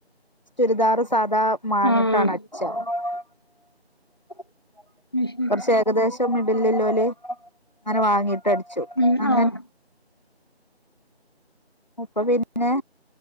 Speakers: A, on the left; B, on the left.
A: ചുരിദാർ സാധാ മാങ്ങിയിട്ടാണ്.
B: ആഹ്
A: <unintelligible>
B: അത് ശരി
A: ഏകദേശം മിഡിലില്ലോല് അങ്ങനെ വാങ്ങിട്ട് അടിച്ചു
B: ഉം
A: അങ്ങ.
B: ആഹ്
A: അപ്പൊ പിന്നെ